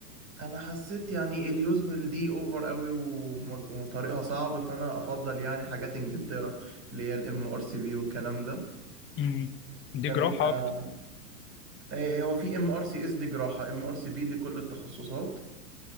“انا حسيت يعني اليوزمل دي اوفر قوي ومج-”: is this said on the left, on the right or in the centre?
Right